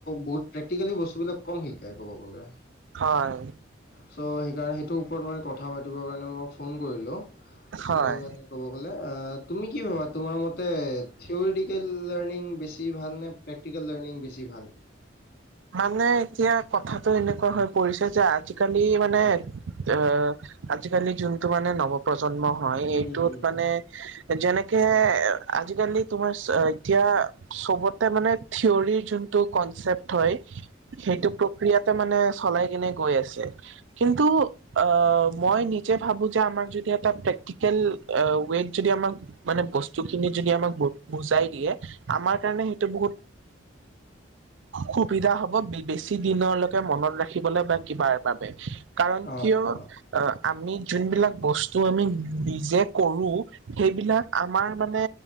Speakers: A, on the left; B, on the right.
A: বহুত প্ৰেক্টিকেলি বস্তুবিলাক কম শিকাই ক'ব গ'লে।
B: হয়,
A: চ সেইকাৰে সেইটোৰ ওপৰত মই কথা পাতিব কাৰণে মই ফোন কৰিলো একচোৱেলি
B: হয়।
A: মানে ক'ব গ'লে অ তুমি কি ভাবা তোমাৰ মত তে থিয়ৰিটিকেল লাৰ্ণিং বেছি ভাল নে প্ৰেক্টিকেল লাৰ্ণিং বেছি ভাল?
B: মানে এতিয়া কথাটো এনেকুৱা হৈ পৰিছে যে আজিকালি মানে অ আজিকালি যোনটো মানে নৱপ্ৰজন্ম হয়
A: অঁ,
B: এইটোত মানে, যেনেকে আজিকালি তোমাৰ চ এতিয়া। চবতে মানে থিয়ৰি যোন‌টো কন্চেপত হয় সেইটোতো ক্ৰিয়াতে মানে চলাই কিনে গৈ আছে কিন্তু আ মই নিজে ভাবো যে, আমাৰ যদি এটা প্ৰেক্টিকেল ৱেত যদি আমাক মানে বস্তুখিনি যদি আমাক বুজাই দিয়ে আমাৰ কাৰণে সেইটো বহুত সুবিধা হব বেছি দিনলৈকে মনত ৰাখিবলে বা কিবাৰ বাবে, কাৰণ
A: অঁ,
B: কিয়
A: অঁ।
B: আমি যোনবিলাক বস্তু আমি নিজে কৰোঁ। সেইবিলাক আমাৰ মানে,